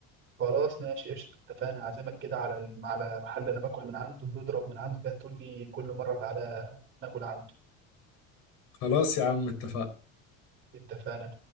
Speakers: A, on the right (about 30°); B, on the left (about 60°).
A: خلاص ماشي قشطة اتفقنا أعزمك كده على الم- على محل أنا باكل من عنده تضرب من عنده كده تقول لي كل مرة تعالى ناكل عنده
B: خلاص يا عم اتفقنا
A: اتفقنا